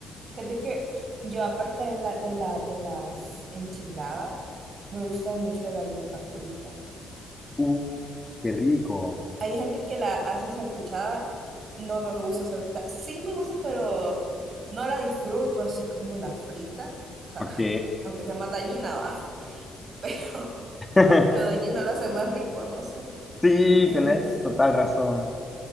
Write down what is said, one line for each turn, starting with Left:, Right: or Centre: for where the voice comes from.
Right: Es de que yo, aparte de, la, de, la, de las enchiladas, me gusta mucho la yuca frita.
Left: uff, qué rico.
Right: Hay gente que la hace salcuchada, no me gusta salcuchada. Sí me gusta, pero no la disfruto así como la frita. O sea,
Left: Ok.
Right: <laughs> aunque sea más dañina, va. <laughs> Pero
Left: <laughs>
Right: lo dañino lo hace más rico, no sé.
Left: Sí,
Right: Este,
Left: tenés total razón.